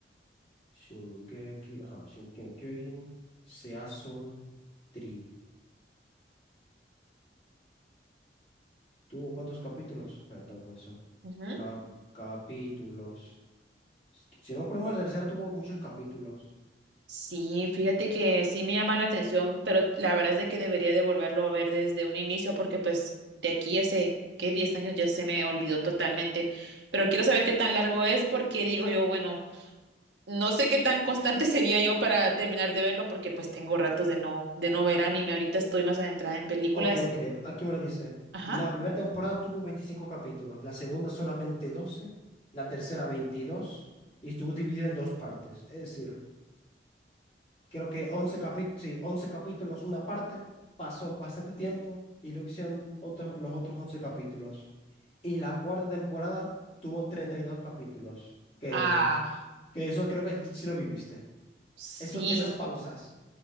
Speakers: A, on the left; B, on the right.
A: Shingeki, ajá, Shingeki no Kyojin. Season 3. ¿Tuvo cuántos capítulos? Espera, tengo que comenzar.
B: Ujú.
A: Cap- capítulos. Si no recuerdo mal, la tercera tuvo muchos capítulos.
B: Sí, fíjate que sí me llama la atención, pero la verdad es de que debería de volverlo a ver desde un inicio porque pues de aquí hace, ¿qué? 10 años ya se me olvidó totalmente. Pero quiero saber qué tan largo es porque digo yo, bueno, no sé qué tan constante <laughs> sería yo para terminar de verlo porque pues tengo ratos de no, de no ver anime. Ahorita estoy más adentrada en películas.
A: Ok, ok, aquí me lo dice.
B: Ajá.
A: La primera temporada tuvo 25 capítulos, la segunda solamente 12, la tercera 22 y estuvo dividida en dos partes. Es decir, creo que 11 capítulos, sí, 11 capítulos, una parte, pasó bastante tiempo y luego hicieron otros, los otros 11 capítulos. Y la cuarta temporada tuvo 32 capítulos, que,
B: Ah,
A: que eso creo que sí lo viviste.
B: sí,
A: Esos, esas pausas,